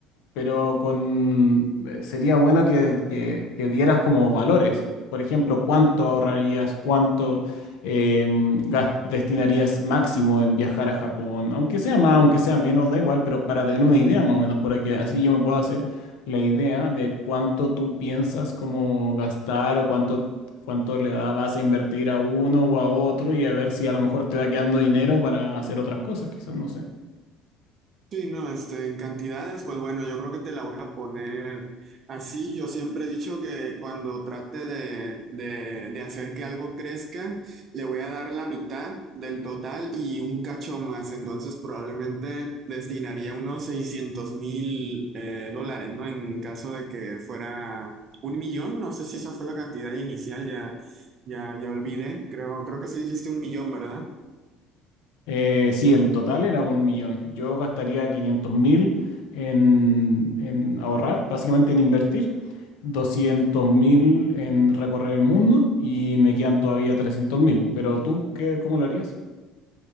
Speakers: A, on the left; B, on the right.
A: pero con eh, sería bueno que, que- que dieras como valores. Por ejemplo, cuánto ahorrarías, cuánto eh, gas- destinarías máximo en viajar a Japón, aunque sea más, aunque sea menos, da igual, pero para tener una idea más o menos, para que así yo me pueda hacer la idea de cuánto tú piensas como gastar o cuánto, cuánto le da, vas a invertir a uno o a otro y a ver si a lo mejor te va quedando dinero para hacer otras cosas, quizás, no sé.
B: Sí, no, este, en cantidades, pues bueno, yo creo que te la voy a poner así. Yo siempre he dicho que cuando trate de, de, de hacer que algo crezca, le voy a dar la mitad del total y un cacho más. Entonces probablemente destinaría unos seiscientos mil eh, dólares, ¿no? En caso de que fuera un millón, no sé si esa fue la cantidad inicial, ya, ya, ya olvidé. Creo, creo que sí dijiste un millón, ¿verdad?
A: Eh, sí, el total era un millón. Yo gastaría 500 mil en, en ahorrar, básicamente en invertir, 200 mil en recorrer el mundo y me quedan todavía 300 mil. Pero tú, qué, ¿cómo lo harías?